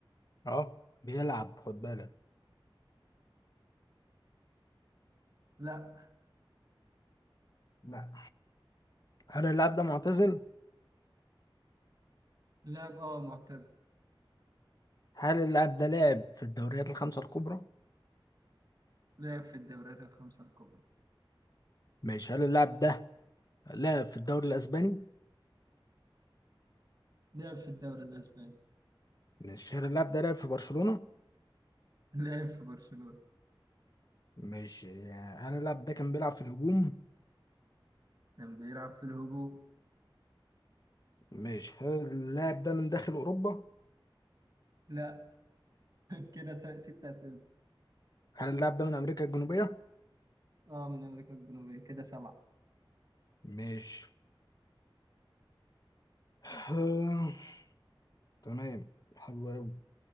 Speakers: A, on the left; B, on the right.
A: اه بيلعب خد بالك
B: لا
A: لا هل اللاعب ده معتزل؟
B: لاعب اه معتزل
A: هل اللاعب ده لاعب في الدوريات الخمسة الكبرى؟
B: لعب في الدوريات الخمسة الكبرى
A: ماشي هل اللاعب ده لاعب في الدوري الأسباني؟
B: لعب في الدوري الأسباني
A: ماشي هل اللاعب ده لاعب في برشلونة؟
B: لعب في برشلونة
A: ماشي هل اللاعب ده كان بيلعب في الهجوم؟
B: كان بيلعب في الهجوم
A: ماشي هل اللاعب ده من داخل أوروبا؟
B: لا <laughs> كده س- ست أسئلة
A: هل اللاعب ده من أمريكا الجنوبية؟
B: اه من أمريكا الجنوبية كده سبعة
A: ماشي <sighs> تمام حلو أوي